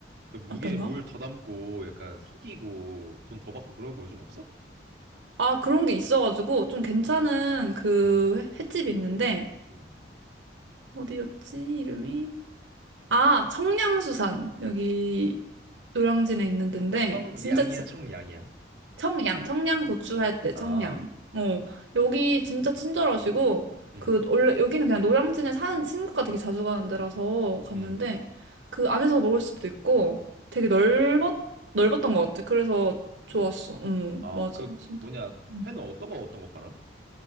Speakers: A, on the right (about 60°); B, on the right (about 90°).
A: 그 무게
B: 어떤가?
A: 물 더 담고 약간 속이고 돈 더 받고 그런 거 요즘 없어?
B: 아, 그런 게 있어가지고 좀 괜찮은 그
A: 응,
B: 횟집이 있는데,
A: 응.
B: 어디였지? 이름이? 아, 청량수산. 여기 노량진에 있는 데인데,
A: 청량이야,
B: 진짜 치-
A: 청량이야.
B: 청양, 청양 고추 할 때 청양.
A: 아,
B: 어, 여기 진짜 친절하시고,
A: 응,
B: 그, 원래 여기는 그냥 노량진에 사는 친구가 되게 자주 가는 데라서 갔는데,
A: 응,
B: 그 안에서 먹을 수도 있고, 되게 넓었, 넓었던 것 같아. 그래서 좋았어.
A: 응.
B: 응
A: 아,
B: 맞아.
A: 그
B: 진짜.
A: 뭐냐,
B: 음.
A: 회는 어떤 거 어떤 거 팔아?